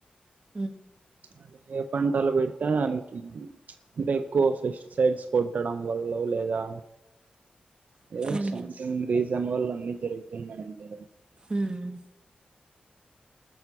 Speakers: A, on the right; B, on the right.
A: మ్
B: అ ఏ పంటలు పెట్టా అ అంటే ఎక్కువ ఫెస్టి సైడ్స్ కొట్టడం వల్లో లేదా ఏదో
A: ఉమ్
B: సంథింగ్ రీజన్ వల్ల అన్ని జరుగుతున్నాయండి
A: ఉమ్